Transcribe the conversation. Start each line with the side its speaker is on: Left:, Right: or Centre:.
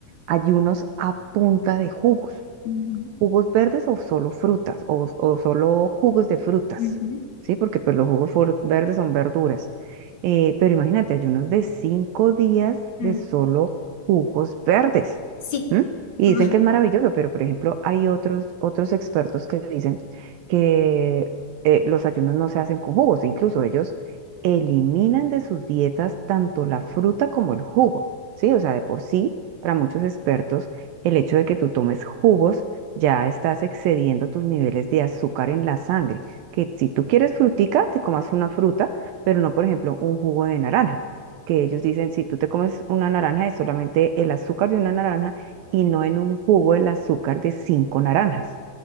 Right: ayunos a punta de jugos
Left: Ujú.
Right: jugos verdes o solo frutas o, o solo jugos de frutas,
Left: Ujú,
Right: ¿sí? Porque pues los jugos fru- verdes son verduras. Eh, pero imagínate, ayunos de cinco días de
Left: mm,
Right: solo jugos verdes.
Left: Sí,
Right: ¿m? Y
Left: <laughs>
Right: dicen que es maravilloso, pero por ejemplo hay otros, otros expertos que dicen que eh, los ayunos no se hacen con jugos, incluso ellos eliminan de sus dietas tanto la fruta como el jugo, ¿sí? O sea, de por sí, para muchos expertos, el hecho de que tú tomes jugos ya estás excediendo tus niveles de azúcar en la sangre, que si tú quieres frutica, te comas una fruta, pero no, por ejemplo, un jugo de naranja, que ellos dicen, si tú te comes una naranja, es solamente el azúcar de una naranja y no en un jugo el azúcar de cinco naranjas.